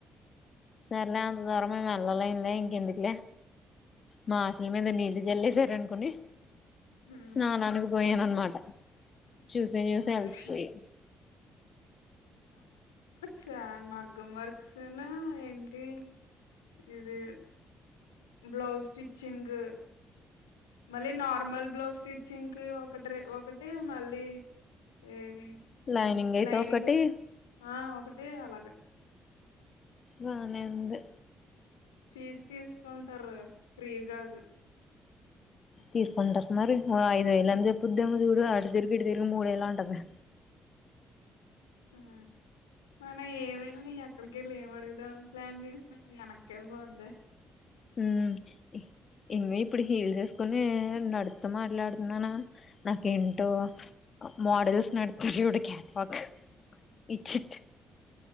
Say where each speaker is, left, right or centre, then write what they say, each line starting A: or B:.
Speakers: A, on the left; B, on the left.
A: సరలే అంత దూరం మల్లాలయిందే. ఇంకెందుకులే మా ఆశల మీద నీళ్లు చల్లేసారు అనుకోని
B: హ్మ్.
A: స్నానానికి పోయాను అనమాట చూసే చూసే
B: అదే
A: అలిసిపోయి
B: సేమ్ మగ్గం వర్క్స్సాను ఏంటి ఇది బ్లౌజ్ స్టిచ్చింగ్ మళ్ళీ నార్మల్ బ్లౌజ్ స్టిచ్చింగ్ కి ఒకటి రెం ఒకటి మళ్ళీ ఏది
A: లైనింగ్ అయితే
B: లైనింగ్
A: ఒకటి
B: ఆ ఒకటి అలాగ
A: బానే ఉంది
B: ఫీజు తీసుకుంటారు ఫ్రీగాదు
A: తీసుకుంటారు మరి ఓ ఐదు వేలు అని చెప్పొద్దేమో చూడు అటు తిరిగి ఇటు తిరిగి మూడు వెలు అంటది
B: ఆ, మనం ఏం వెళ్ళి అక్కడికి వెళ్ళి ఏం అడుగుదామ అని ప్లాన్ చేసినా వెనక్కి వెళ్ళిపోద్దే
A: హ్మ్ ఇంగా ఇప్పుడు హీల్స్ ఎసుకోని నడుతూ మాట్లాడుతున్నానా నాకేంటో మోడల్స్ నతడు చూడు కట్వాక్ ఇట్ట్